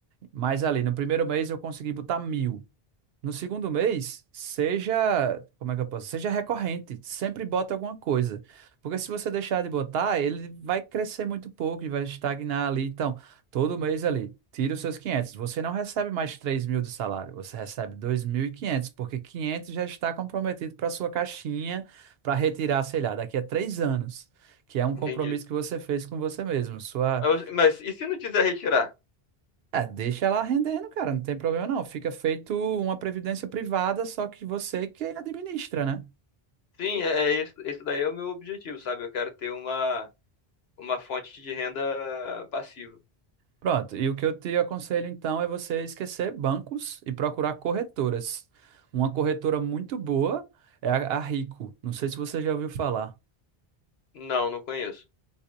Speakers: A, on the right; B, on the left.
A: Mas ali, no primeiro mês eu consegui botar mil. No segundo mês, seja, como é que eu posso? Seja recorrente, sempre bota alguma coisa. Porque se você deixar de botar, ele vai crescer muito pouco e vai estagnar ali. Então, todo mês ali, tira os seus quinhentos Você não recebe mais 3 mil de salário, você recebe 2.500 porque 500 já está comprometido para sua caixinha para retirar, sei lá, daqui a três anos, que é um compromisso
B: entendi.
A: que você fez com você mesmo. Sua
B: Mas, mas e se não quiser retirar?
A: é, deixa ela rendendo, cara, não tem problema não. Fica feito uma previdência privada, só que você que administra, né?
B: Sim, é, é isso. Isso daí é o meu objetivo, sabe? Eu quero ter uma, uma fonte de renda passiva.
A: Pronto, e o que eu te aconselho então é você esquecer bancos e procurar corretoras. Uma corretora muito boa é a a Rico. Não sei se você já ouviu falar.
B: Não, não conheço.